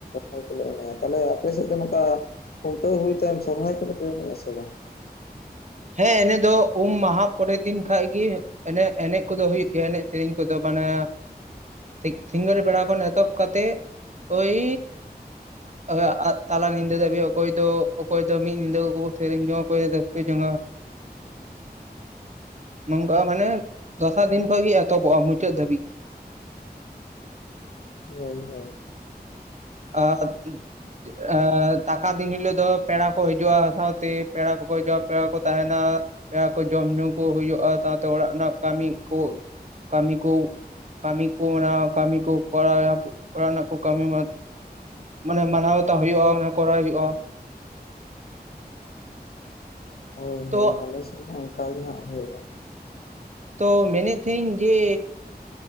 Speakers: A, on the left; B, on the right.
A: <unintelligible> ᱠᱚᱞᱮ ᱮᱱᱮᱡᱼᱟ ᱾ ᱛᱟᱦᱟᱞᱮ ᱟᱯᱮ ᱥᱮᱫ ᱫᱚ ᱱᱚᱝᱠᱟ ᱠᱷᱩᱱᱴᱟᱹᱣ ᱦᱩᱭ ᱛᱟᱭᱚᱢ ᱥᱚᱨᱦᱟᱭ ᱠᱚᱫᱚ ᱯᱮ ᱮᱱᱮᱡ-ᱟ ᱥᱮ ᱵᱟᱝ?
B: ᱦᱮᱸ, ᱮᱱᱮᱡ ᱫᱚ ᱩᱢ ᱢᱟᱦᱟ ᱯᱚᱨᱮ ᱫᱤᱱ ᱠᱷᱟᱡ ᱜᱮ ᱾ ᱮᱱᱮᱡ ᱮᱱᱮᱡ ᱠᱚᱫᱚ ᱦᱩᱭᱩᱜ ᱜᱮᱭᱟ ᱮᱱᱮᱡ ᱥᱮᱨᱮᱧ ᱠᱚᱫᱚ, ᱢᱟᱱᱮ ᱴᱷᱤᱠ ᱥᱤᱸᱜᱟᱹᱲ ᱵᱮᱲᱟ ᱠᱷᱚᱱ ᱮᱛᱚᱦᱚᱵ ᱠᱟᱛᱮᱫ ᱳᱭᱻ <unintelligible> ᱛᱟᱞᱟ ᱧᱤᱫᱟᱹ ᱫᱷᱟᱵᱤᱡ ᱚᱠᱚᱭ ᱫᱚ, ᱚᱠᱚᱭ ᱫᱚ ᱢᱤᱫ ᱧᱤᱫᱟᱹ ᱠᱚ ᱥᱮᱨᱮᱧ ᱡᱚᱝᱟ ᱠᱚ ᱨᱟᱹᱥᱠᱟᱹ ᱡᱚᱝᱟ ᱾ ᱱᱚᱝᱠᱟ ᱢᱟᱱᱮ ᱫᱚᱥᱟᱨ ᱫᱤᱱ ᱠᱷᱚᱡ ᱜᱮ ᱮᱛᱚᱦᱚᱵᱚᱜᱼᱟ ᱢᱩᱪᱟᱹᱫ ᱫᱷᱟᱹᱵᱤᱡ ᱾
A: ᱦᱳᱭ ᱦᱳᱭ ᱾
B: ᱟᱨ ᱮᱸ ᱫᱟᱠᱟ ᱫᱤᱱ ᱦᱤᱞᱳᱜ ᱫᱚ ᱯᱮᱲᱟ ᱠᱚ ᱦᱤᱡᱩᱜᱼᱟ, ᱥᱟᱶᱛᱮ ᱯᱮᱲᱟ ᱠᱚᱠᱚ ᱦᱤᱡᱩᱜᱼᱟ ᱯᱮᱲᱟ ᱠᱚ ᱛᱟᱦᱮᱱᱟ ᱾ ᱯᱮᱲᱟ ᱠᱚ ᱡᱚᱢ ᱧᱩ ᱠᱚ ᱦᱩᱭᱩᱜᱼᱟ ᱥᱟᱶᱛᱮ ᱚᱲᱟᱜ ᱨᱮᱱᱟᱜ ᱠᱟᱹᱢᱤ ᱠᱚ ᱠᱟᱹᱢᱤ ᱠᱚ, ᱠᱟᱹᱢᱤ ᱠᱚ ᱚᱱᱟ ᱠᱟᱹᱢᱤ ᱠᱚ ᱠᱚᱨᱟᱣᱭᱟ ᱚᱲᱟᱜ ᱨᱮᱱᱟᱜ ᱠᱚ ᱠᱟᱹᱢᱤ ᱢᱟ ᱢᱟᱱᱮ ᱢᱟᱱᱟᱣ ᱵᱟᱛᱟᱣ ᱦᱩᱭᱩᱜᱼᱟ, ᱚᱱᱟ ᱠᱚᱨᱟᱣ ᱦᱩᱭᱩᱜᱼᱟ ᱾
A: ᱦᱳᱭ
B: ᱛᱚ
A: ᱦᱳᱭ, ᱟᱞᱮ ᱥᱮᱫ ᱦᱚᱸ ᱚᱱᱠᱟ ᱜᱮ ᱦᱟᱸᱜ ᱦᱩᱭᱩᱜᱼᱟ ᱾
B: ᱛᱚ ᱢᱮᱱᱮᱜ ᱛᱟᱹᱦᱮᱜ ᱤᱧ ᱡᱮ